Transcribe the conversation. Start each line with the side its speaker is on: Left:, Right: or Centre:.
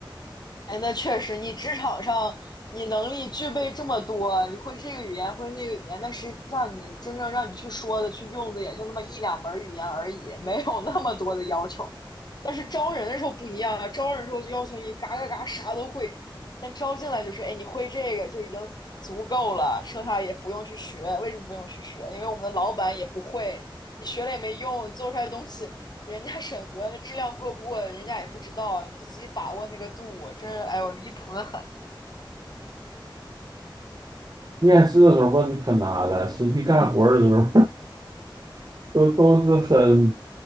Left: 哎，那确实，你职场上你能力具备这么多，你会这个语言，会那个语言，但实际上你真正让你去说的、去用的也就那么一两门语言而已，没有那么多的要求。但是招人的时候不一样啊，招人的时候就要求你嘎嘎嘎啥都会，但招进来就是，哎，你会这个就已经足够了，剩下也不用去学。为什么不用去学？因为我们的老板也不会，你学了也没用，你做出来的东西人家审核质量过不过，人家也不知道，你就自己把握那个度，真是哎呦离谱的很。
Right: 面试的时候问可难了，实际干活儿的时候 <laughs> 都都是很